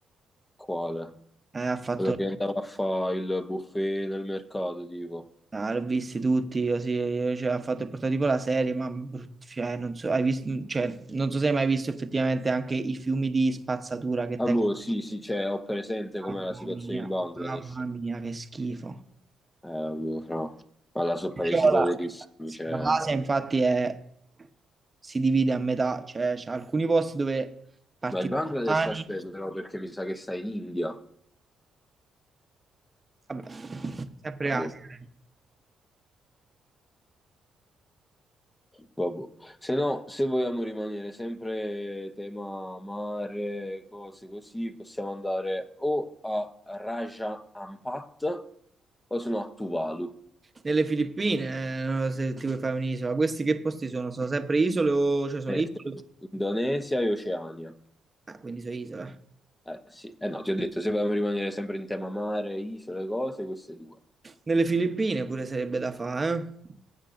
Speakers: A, on the left; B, on the right.
A: Quale?
B: Eh, ha fatto,
A: Quello che andava a fare il buffet nel mercato, tipo.
B: ah, l'ho visti tutti, così, eh, cioè, ha fatto il prototipo la serie, ma brut- cioè, non so, hai visto, cioè, non so se hai mai visto effettivamente anche i fiumi di spazzatura che
A: Ah,
B: tengono.
A: boh, sì, sì, cioè, ho presente com'è
B: Mamma
A: la situazione
B: mia,
A: in Bangladesh.
B: mamma mia, che schifo.
A: Eh, boh, fra. Ma là sono paesi
B: Cioè,
A: poverissimi,
B: la,
A: cioè...
B: la Asia infatti è- si divide a metà, cioè c'è alcuni posti dove parti
A: Ma il Bangladesh
B: domani,
A: aspetta però perché mi sa che sta in India.
B: vabbè, sempre
A: Vabbè,
B: Asia.
A: vabbè. Se no, se vogliamo rimanere sempre tema mare, cose così, possiamo andare o a Raja Ampat o se no a Tuvalu,
B: Nelle Filippine, eh, non so se ti vuoi fare un'isola, questi che posti sono? Sono sempre isole o cioè sono
A: Eh,
B: isole?
A: sì. Indonesia e Oceania.
B: Ah, quindi sono isole.
A: Eh sì, eh no, ti ho detto, se vogliamo rimanere sempre in tema mare, isole, cose, queste due.
B: Nelle Filippine pure sarebbe da fare,